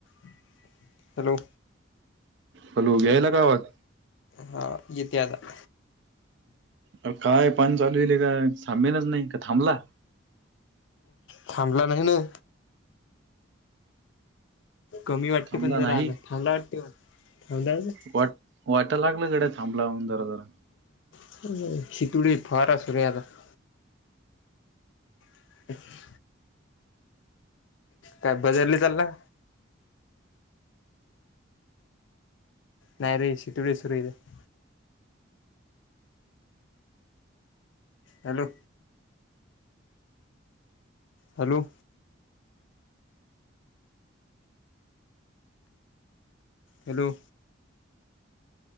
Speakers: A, on the left; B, on the right.
A: <inaudible> Hello!
B: Hello! गेयाला का आवाज?
A: हा, येते आता.
B: अर काय पाणी चालू ऐलेका? थांबेलच नाही, का थांबला?
A: थांबला नाही ने. कमी वाटते
B: थांबला
A: पण जरा
B: नाही
A: आज, थांबला वाटते. थांबला
B: वाट, वाटाला लागलं गड्या थांबलाय, म्हणुन जरा जरा.
A: <inaudible> <inaudible> काय बाजारले चालला? नाही रे, <inaudible> hello! Hello. Hello.